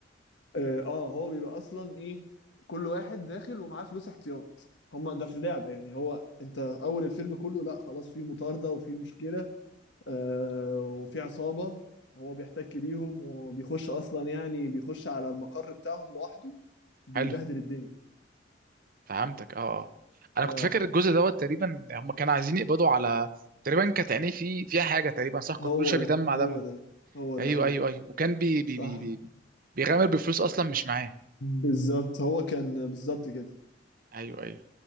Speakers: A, on the left; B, on the right.
A: اه آه، هو بيبقى اصلا ايه كل واحد داخل ومعاه فلوس احتياط هما ده في اللعبه يعني هو انت اول الفيلم كله لا خلاص في مطارده وفي مشكله آه، وفي عصابة هو بيحتك بيهم وبيخش أصلا يعني بيخش على المقر بتاعهم لوحده بيبهدل
B: حلو
A: الدنيا
B: فهمتك اه اه انا
A: اه
B: كنت فاكر الجزء دوت تقريبا هم كانوا عايزين يقبضوا على تقريبا كانت عينيه في فيها حاجه تقريبا صح كان
A: هو
B: كل شويه بيدمع
A: ده هو
B: دم
A: ده هو
B: ايوه
A: ده أيوه
B: ايوه ايوه وكان بي بي
A: صح
B: بي بي بي- بيغامر بفلوس اصلا مش معاه
A: بالظبط هو كان بالظبط كده
B: ايوه ايوه